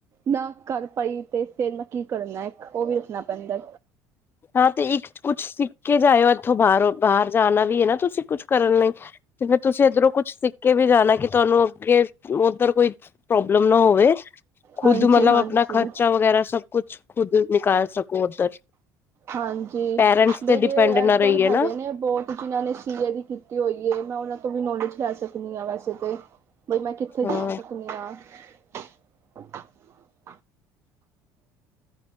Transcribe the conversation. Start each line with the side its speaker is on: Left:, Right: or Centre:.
Right: ਨਾ ਕਰ ਪਾਈ ਤੇ ਫੇਿਰ ਮੈਂ ਕੀ ਕਰਨਾ ਇੱਕ ਉਹ ਵੀ ਰੱਖਣਾ ਪੈਂਦਾ
Left: ਹਾਂ ਤੇ ਇੱਕ ਕੁਛ ਸਿੱਖ ਕੇ ਜਾਇਓ ਇੱਥੋਂ ਬਾਹਰੋਂ ਬਾਹਰ ਜਾਣਾ ਵੀ ਹੈ ਨਾ ਤੁਸੀਂ ਕੁਛ ਕਰਨ ਲਈ ਤੇ ਫਰ ਤੁਸੀਂ ਇੱਧਰੋਂ ਕੁੱਛ ਸਿੱਖ ਕੇ ਵੀ ਜਾਣਾ ਕਿ ਤੁਹਾਨੂੰ ਅੱਗੇ ਉੱਧਰ ਕੋਈ ਪ੍ਰੋਬਲਮ ਨਾ ਹੋਵੇ ਖੁਦ
Right: ਹਾਂਜੀ
Left: ਮਤਲਬ
Right: ਹਾਂਜੀ
Left: ਆਪਣਾ ਖਰਚਾ ਵਗੈਰਾ ਸਭ ਕੁਛ ਖੁਦ ਨਿਕਾਲ ਸਕੋ ਉੱਧਰ
Right: ਹਾਂਜੀ
Left: ਪੇਰੈਂਟਸ
Right: ਮੇਰੇ
Left: ਤੇ ਡਿਪੈਂਡ ਨਾ
Right: ਇੱਦਰ
Left: ਰਹੀਏ
Right: ਹੈਗੇ
Left: ਨਾ
Right: ਨੇ ਬਹੁਤ ਜਿਨਾਂ ਨੇ ਸੀਏ ਦੀ ਕੀਤੀ ਹੋਈ ਹੈ ਮੈਂ ਉਹਨਾਂ ਤੋਂ ਵੀ ਨੋਲੇਜ ਕੁ ਲੈ ਸਕਦੀ ਹਾਂ ਵੈਸੇ ਤਾਂ ਬਈ ਮੈਂ ਕਿੱਥੇ
Left: ਹਾਂ
Right: ਜਾ ਸਕਦੀ ਹਾਂ <unintelligible>